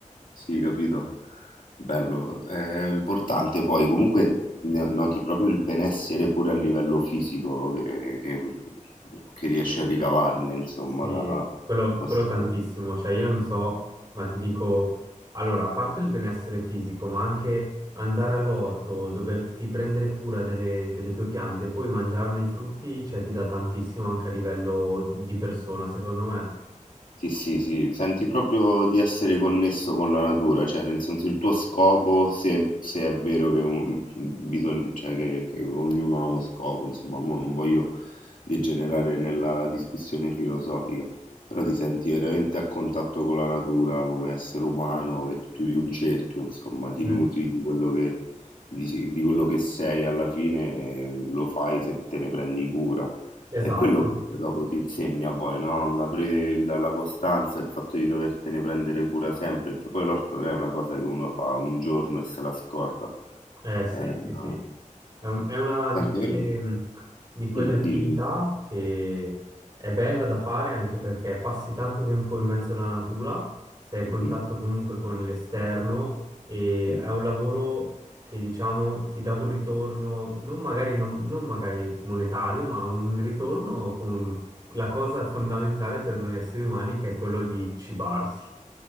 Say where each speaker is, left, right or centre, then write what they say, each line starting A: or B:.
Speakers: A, on the left; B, on the right.
A: Sì, capito? Bello. È importante poi, comunque ne- noti proprio il benessere pure a livello fisico che, che, che riesci a ricavarne, insomma,
B: sì,
A: da
B: quello,
A: questo.
B: quello tantissimo, cioè io non so, ma ti dico, allora, a parte il benessere fisico, ma anche andare all'orto, doverti prendere cura delle, delle tue piante, e poi mangiarne i frutti, cioè ti dà tantissimo anche a livello di persona, secondo me.
A: Sì, sì, sì, senti proprio di essere connesso con la natura, cioè nel senso il tuo scopo, se, se è vero che, un- bisogna- cioè, che- che ognuno ha uno scopo, insomma, mo non voglio degenerare nella discussione filosofica, però ti senti veramente a contatto con la natura come essere umano e chiudi un cerchio, insomma, ti
B: Mm,
A: nutri di quello che, di, di quello che sei alla fine, eh, lo fai se te ne prendi cura.
B: esatto,
A: È quello che poi dopo ti insegna poi, no? La, pre- la- la costanza, il fatto di dovertene prendere cura sempre, perché poi l'orto non è una cosa che uno fa un giorno e se la scorda.
B: eh sì,
A: È una-
B: sì, sì. È un- è una di
A: Tant'è
B: quelle,
A: vero che...
B: mh, di quelle
A: Mm,
B: attività
A: dici, dici.
B: che è bella da fare anche perché passi tanto tempo in mezzo alla natura, sei a contatto
A: Mhm,
B: comunque con l'esterno e
A: mm. mm.
B: è un lavoro che diciamo ti dà un ritorno, non magari, non- non magari monetario, ma un ritorno con la cosa fondamentale per noi esseri umani che è quello di cibarsi.